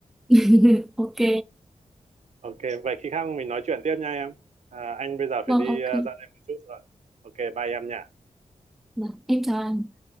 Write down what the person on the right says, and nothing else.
Ok, vậy khi khác mình nói chuyện tiếp nha em. À, anh bây giờ phải
đi
ờ, ra đây một chút rồi. Ok, bye em nha.